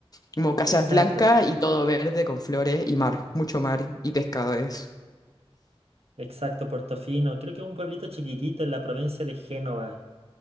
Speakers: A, on the left; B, on the right.
A: Como casas
B: exacto,
A: blancas y todo verde con flores y mar, mucho mar y pescadores.
B: exacto, Portofino. Creo que es un pueblito chiquitito en la provincia de Génova.